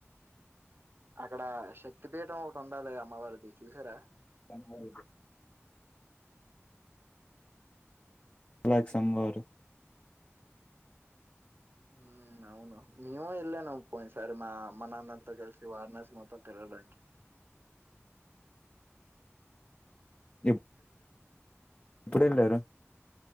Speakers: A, on the right; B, on the left.
A: అక్కడ శక్తి. పీఠం ఒకటి ఉండాలి అమ్మవారిది చూసారా?
B: ఆ అయితే లైక్ సంభారు
A: ఉమ్ అవును మీవు ఎల్లము నవ పోయి సారి మా అమ్మ నాన్నంతా కలిసి వారణాసి మొత్తం తిరగడానికి <unintelligible>
B: ఎప్- ఎప్పుడు ఏళ్ళారు.